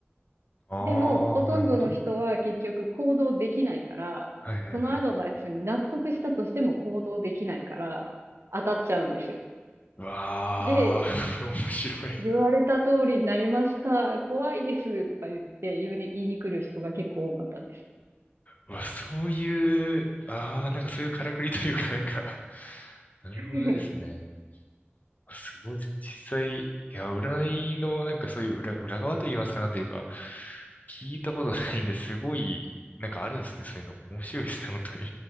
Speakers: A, on the left; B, on the right.
A: ああ、
B: でも、ほとんどの人は結局行動できないから、
A: なるほど。はいはいはい。
B: そのアドバイスに納得したとしても行動できないから、当たっちゃうんですよ。
A: うわあ、
B: で、
A: <laughs> 面白い。
B: 言われた通りになりました。怖いです。とか言って言いに言いに来る人が結構多かったです。
A: うわ、そういう、ああ、なんかそういうからくりというかなんかなるほどですね。
B: <laughs>
A: あすごいですね。実際、いや、占いのなんかそういう裏、裏側と言いますか、なんというか、聞いたことないんですごい、なんかあるんですね、そういうの。面白いですね、本当に。